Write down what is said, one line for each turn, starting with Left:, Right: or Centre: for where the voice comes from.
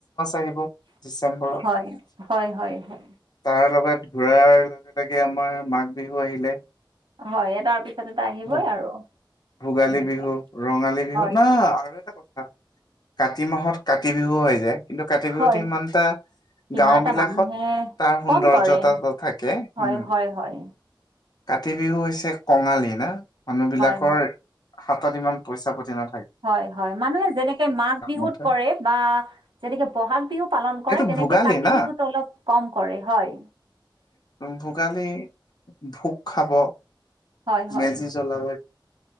Left: আহিব ডিচেম্বৰত।
Right: হয়, হয়, হয়, হয়,
Left: তাৰ লগত ঘৰাৰ লগে লগে আমাৰ মাঘ বিহু আহিলে।
Right: হয় তাৰ পিছত এটা আহিবই
Left: ভোগ
Right: আৰু।
Left: ভোগালী
Right: তেনেকে,
Left: বিহু ৰঙালী বিহু
Right: হয়,
Left: না আৰু এটা কথা কাতি মাহত কাতি বিহু হৈ যায়। কিন্তু কাতি বিহুত
Right: হয়।
Left: ইমানটা
Right: সিমান
Left: গাওঁবিলাকত
Right: এটা মানুহে
Left: তাৰ সৌন্দৰ্যতা
Right: কম কৰে
Left: থাকে
Right: হয়
Left: উম।
Right: হয় হয়
Left: কাতি বিহু হৈছে কঙালী না মানুহবিলাক
Right: হয়।
Left: হাতত ইমান পইচা পাতি না
Right: হয় হয় মানুহে যেনেকে মাঘ বিহুত
Left: মতে
Right: কৰে বা যেনেকে বহাগ বিহু পালন কৰে
Left: এইটো
Right: এনেকে
Left: ভোগালী
Right: কাতি
Left: না
Right: বিহুতো অলপ কম কৰে হয়।
Left: ভোগালী ভোগ খাব
Right: হয় হয়
Left: মেজি জ্বলাব।